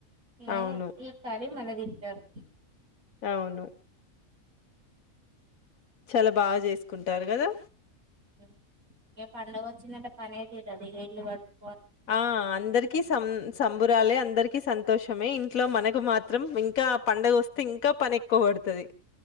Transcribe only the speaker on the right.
ఏ ఈ కరి మల్ల తింటారు
హు ఏ పండుగ వచ్చిందంటే పని అయితది <unintelligible>